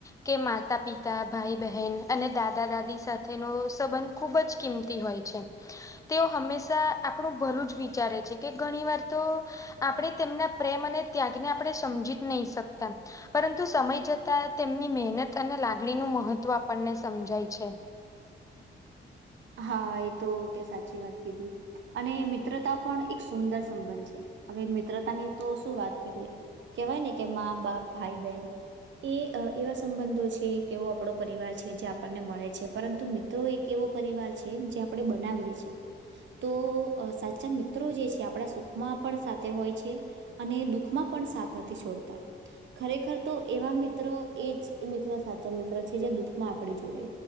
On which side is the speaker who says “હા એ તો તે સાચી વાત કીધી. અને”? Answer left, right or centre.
Right